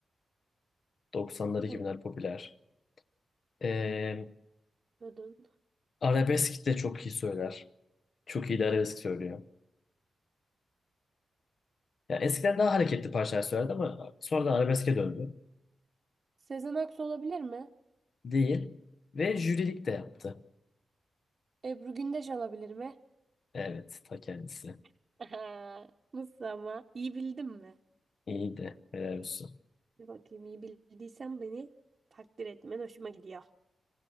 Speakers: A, on the left (about 65°); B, on the right (about 45°).
A: 90'lar, 2000'ler
B: Tamam.
A: popüler. Ee,
B: Kadın.
A: arabesk de çok iyi söyler. Çok iyi de arabesk söylüyor. Ya eskiden daha hareketli parçalar söylerdi ama sonradan arabeske döndü.
B: Sezen Aksu olabilir mi?
A: Değil. Ve jürilik de yaptı.
B: Ebru Gündeş olabilir mi?
A: Evet, ta kendisi.
B: <laughs> Aha, Nasıl ama? İyi bildim mi?
A: İyi de helal olsun.
B: Bir bakayım iyi bildiysen beni takdir etmen hoşuma gidiyor.